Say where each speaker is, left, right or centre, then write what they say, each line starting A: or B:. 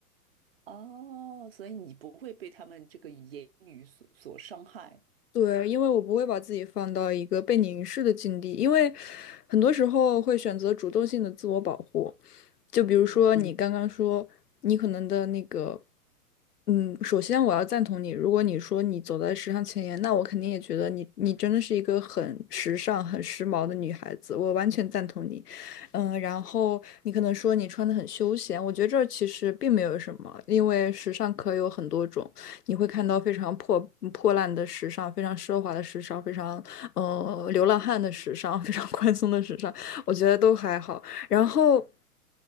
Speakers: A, on the right; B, on the left.
A: 哦，所以你不会被他们这个言语所所伤害。
B: 对，因为我不会把自己放到一个被凝视的境地，因为很多时候会选择主动性的自我保护。就比如说你嗯刚刚说，
A: 嗯
B: 你可能的那个，嗯，首先我要赞同你，如果你说你走在时尚前沿，那我肯定也觉得你你真的是一个很时尚、很时髦的女孩子，我完全赞同你。嗯，然后你可能说你穿的很休闲，我觉得这儿其实并没有什么，因为时尚可有很多种。你会看到非常破破烂的时尚，非常奢华的时尚，非常嗯流浪汉的时尚，非常宽松的时尚，我觉得都还好。然后，